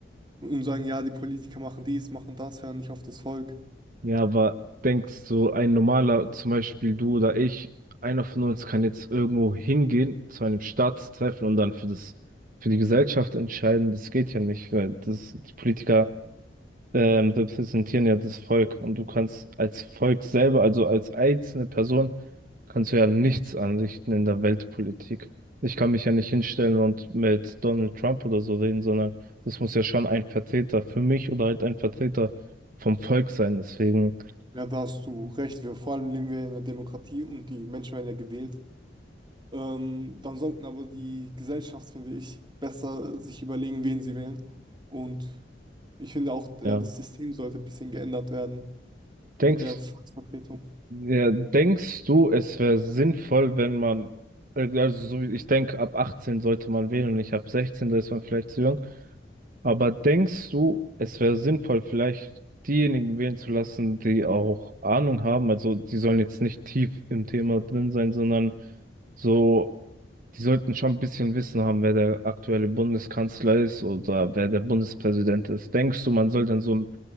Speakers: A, on the right (about 25°); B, on the right (about 50°).
A: und sagen, ja, die Politiker machen dies, machen das, hören nicht auf das Volk.
B: Ja, aber denkst du, ein normaler, zum Beispiel du oder ich, einer von uns kann jetzt irgendwo hingehen zu einem Staatstreffen und dann für das, für die Gesellschaft entscheiden? Das geht ja nicht, weil das, die Politiker ähm, repräsentieren ja das Volk und du kannst als Volk selber, also als einzelne Person, kannst du ja nichts anrichten in der Weltpolitik. Ich kann mich ja nicht hinstellen und mit Donald Trump oder so reden, sondern das muss ja schon ein Vertreter für mich oder halt ein Vertreter vom Volk sein. Deswegen,
A: Ja, da hast du recht. Wir, vor allem leben wir in einer Demokratie und die Menschen werden ja gewählt. Ähm, dann sollten aber die Gesellschaft, finde ich, besser sich überlegen, wen sie wählen. Und ich finde auch, äh,
B: ja,
A: das System sollte ein bisschen geändert werden.
B: denkst,
A: mit der Volksvertretung.
B: ja, denkst du, es wäre sinnvoll, wenn man, äh, also so wie ich denke, ab 18 sollte man wählen und nicht ab 16, da ist man vielleicht zu jung. Aber denkst du, es wäre sinnvoll, vielleicht diejenigen wählen zu lassen, die auch Ahnung haben? Also die sollen jetzt nicht tief im Thema drin sein, sondern so, die sollten schon ein bisschen Wissen haben, wer der aktuelle Bundeskanzler ist oder wer der Bundespräsident ist. Denkst du, man soll dann so einen